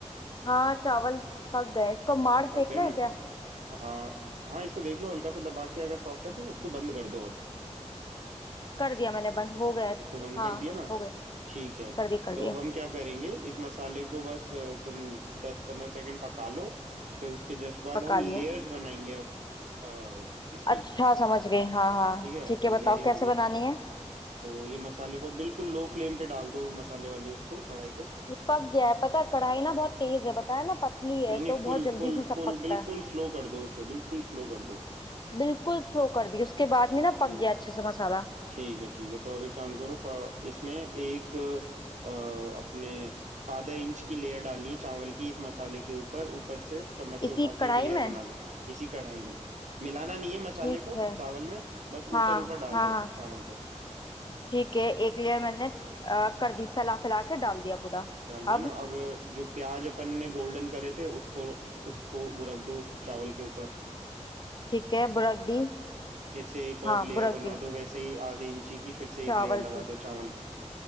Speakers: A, on the left; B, on the right.
A: हाँ चावल पक गए इसको मार
B: पक
A: फेंकना
B: गए ना
A: है क्या
B: हाँ हाँ इसको देख लो हल्का सा दबा के अगर सॉफ्ट है तो उसको बंद कर दो अब
A: कर दिया मैंने बंद हो गया
B: उसको बंद
A: हाँ
B: कर दिया ना
A: हो गया
B: ठीक है
A: कर दिया कर
B: तो
A: दिया
B: अब हम क्या करेंगे इस मसाले को बस अ, तुम दस पंद्रह सेकंड पका लो फिर उसके जस्ट बाद
A: पका
B: हम लेयर्स
A: लिए
B: बनाएंगे अब अ, इसकी
A: अच्छा समझ गई हाँ हाँ
B: ठीक है
A: ठीक है
B: अब
A: बताओ
B: लेयरिंग
A: कैसे
B: होगी
A: बनानी है
B: तो ये मसाले को बिल्कुल लो फ्लेम पे डाल दो मसाले वाली उसको कढ़ाई को
A: ये पक गया है पता है कढ़ाई ना बहुत तेज है बताया ना पतली है
B: नहीं नहीं
A: तो बहुत
B: फुल
A: जल्दी
B: फुल
A: से सब
B: फुल
A: पकता
B: बिल्कुल
A: है
B: स्लो कर दो उसे बिल्कुल स्लो कर दो
A: बिल्कुल स्लो कर दी उसके बाद में ना
B: ठीक
A: पक
B: है
A: गया अच्छे से मसाला
B: ठीक है ठीक है तो अभी काम करो फा- इसमें एक अ, अपने आधा इंच की लेयर डालनी है चावल की इस मसाले के ऊपर ऊपर से चम्मच
A: इसी
B: से उठा के
A: कढ़ाई
B: एक लेयर
A: में
B: बना लो इसी कढ़ाई में मिलाना नहीं है मसाले
A: ठीक
B: को
A: है
B: चावल में बस
A: हाँ
B: ऊपर ऊपर डाल
A: हाँ
B: दो
A: हाँ
B: चावल को
A: ठीक है एक लेयर मैंने अ, कर दी फैला फैला के डाल दिया पूरा
B: डाल दिया
A: अब
B: ना अब जो प्याज अपन ने गोल्डन करे थे उसको उसको बुरक दो उस चावल के ऊपर
A: ठीक है बुरक दी
B: फिर से एक और
A: हाँ
B: लेयर
A: बुरक
B: बना
A: दी
B: दो वैसे ही आधे इंची की फिर से
A: चावल
B: एक लेयर लगा
A: की
B: दो चावल की